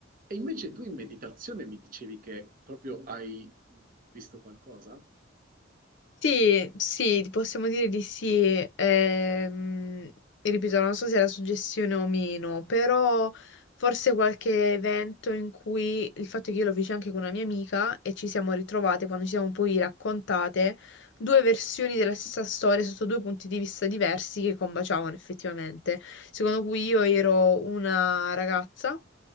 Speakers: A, on the right (about 45°); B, on the left (about 65°).
A: E invece tu in meditazione mi dicevi che proprio hai visto qualcosa?
B: Sì, sì, possiamo dire di sì. ehm, ripeto, non so se è la suggestione o meno, però forse qualche evento in cui il fatto è che io lo feci anche con una mia amica e ci siamo ritrovate quando ci siamo poi raccontate due versioni della stessa storia sotto due punti di vista diversi che combaciavano effettivamente. Secondo cui io ero una ragazza